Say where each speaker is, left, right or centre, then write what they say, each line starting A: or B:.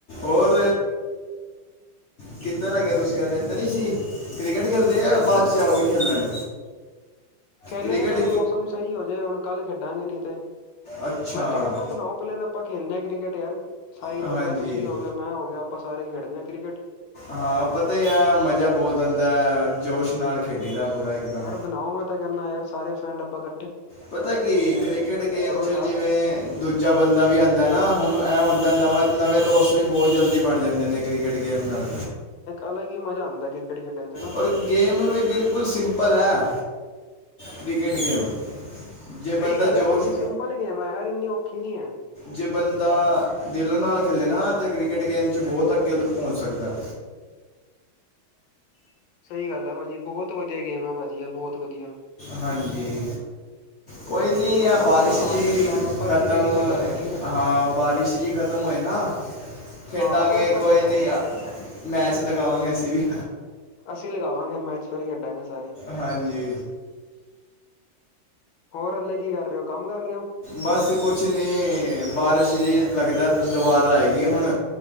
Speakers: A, on the left; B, on the left.
A: ਔਰ ਕਿੱਧਰ ਹੈਗੇ ਤੁਸੀਂ ਹੁਣ, ਇੱਧਰ ਹੀ ਸੀ ਕ੍ਰਿਕਟ ਖੇਲਦੇ? ਦੇ ਆ
B: ਹਾਂਜੀ।
A: ਬਾਅਦ'ਚ ਜਾਓਗੇ ਖੇਲਣ?
B: ਖੇਲੇ
A: ਕ੍ਰਿਕਟ
B: ਨੇ ਫਿਰ ਮੌਸਮ ਸਹੀ ਹੋ ਜਾਏ ਹੁਣ ਕੱਲ ਖੇਡਾਂਗੇ ਨਹੀਂ ਤੇ,
A: ਅੱਛਾ
B: ਮੈਂ ਤੇ ਕਹਿੰਨਾ ਬਣਾਓ ਪਲੈਨ ਆਪਾਂ ਖੇਲਨੇ ਹਾਂ ਕ੍ਰਿਕਟ ਯਾਰ। ਸਾਈਲ
A: ਹਾਂਜੀ
B: ਹੋ ਗਿਆ, ਤੁਸੀਂ ਹੋਗੇ, ਮੈਂ ਹੋ ਗਿਆ, ਆਪਾਂ ਸਾਰੇ ਖੇਡਦੇ ਆਂ ਕ੍ਰਿਕਟ।
A: ਹਾਂ ਪਤਾ ਈ ਆ, ਮਜ਼ਾ ਬਹੁਤ ਆਂਦਾ, ਜੋਸ਼ ਨਾਲ ਖੇਡੀ ਦਾ ਪੂਰਾ ਇੱਕਦਮ।
B: ਬਣਾਉ, ਮੈਂ ਤਾਂ ਕਹਿੰਨਾ ਯਾਰ, ਸਾਰੇ ਫਰੈਂਡ ਆਪਾਂ ਕ
A: ਪਤਾ ਕੀ, ਕ੍ਰਿਕਟ ਗੇਮ 'ਚ
B: ਯਾਰ
A: ਜਿਵੇਂ ਦੂਜਾ ਬੰਦਾ ਵੀ ਆਂਦਾ ਨਾ, ਉਹਨੂੰ ਐ ਹੁੰਦਾ ਨਵਾਂ, ਨਵੇਂ ਦੋਸਤ ਵੀ, ਬਹੁਤ ਜਲਦੀ ਬਣ ਜਾਂਦੇ ਨੇ। ਕ੍ਰਿਕਟ ਗੇਮ ਨਾਲ
B: ਅਲਗ ਹੀ ਮਜ਼ਾ ਆਂਦਾ ਕਿ ਕ੍ਰਿਕਟ ਖੇਡਣ ਚ। ਨਾ
A: ਔਰ ਗੇਮ ਵੀ ਬਿਲਕੁਲ ਸਿੰਪਲ ਐ। ਕ੍ਰਿਕਟ ਗੇਮ ਜੇ
B: ਸਹੀ
A: ਬੰਦਾ
B: ਗੱਲ ਹੈ
A: ਜੋਸ਼
B: <unintelligible> ਗੇਮ ਹੈ ਯਾਰ ਇੰਨੀ ਔਖੀ ਨੀ ਐ।
A: ਜੇ ਬੰਦਾ ਦਿਲ ਨਾਲ ਖੇਲੇ ਨਾ ਤਾਂ ਕ੍ਰਿਕਟ ਗੇਮ ਚ ਬਹੁਤ
B: ਹੂੰ
A: ਅੱਗੇ ਪਹੁੰਚ ਸਕਦਾ।
B: ਸਹੀ ਗੱਲ ਆ ਪਾਜੀ ਬਹੁਤ ਵਧੀਆ ਗੇਮ ਆ ਪਾਜੀ, ਆ ਬਹੁਤ ਵਧੀਆ।
A: ਹਾਂਜੀ।
B: ਹਾਂਜੀ
A: ਕੋਈ ਨੀ
B: ਹਾਂਜੀ ਕੋਈ
A: ਐ
B: ਨਾ
A: ਬਾਰਿਸ਼
B: ਆਪਾਂ ਬਣਾਵਾਂਗੇ
A: ਜੀ
B: ਪਲੈਨ ਆਪਾਂ
A: ਖਤਮ,
B: ਕ੍ਰਿਕਟ ਹੀ ਖੇਡਾਂਗੇ ਠੀਕ ਹੈ
A: ਹਾਂ ਬਾਰਿਸ਼ ਜੀ ਖਤਮ ਤਮ ਹੋਏ ਨਾ ਖੇਡਾਂਗੇ
B: ਹਾਂ ਫਿਰ ਆਪਾਂ
A: ਕੋਈ
B: ਖੇਡਾਂਗੇ
A: ਨੀ, ਅ ਮੈਚ ਲਗਾਵਾਂਗੇ ਅਸੀਂ ਵੀ।
B: ਅਸੀਂ ਲਗਾਵਾਂਗੇ ਮੈਚ ਫੇਰ ਖੇਡਾਂਗੇ ਸਾਰੇ।
A: ਹਾਂਜੀ।
B: ਹੋਰ ਹੱਲੇ ਕੀ ਕਰ ਰਹੇ ਹੋ? ਕੰਮ ਕਰ ਰਹੇ ਹੋ?
A: ਬਸ ਕੁਛ ਨੀ‌‌, ਬਾਰਿਸ਼ ਜਿਹ ਲੱਗਦਾ ਦੁਬਾਰਾ ਆਏਗੀ ਹੁਣ।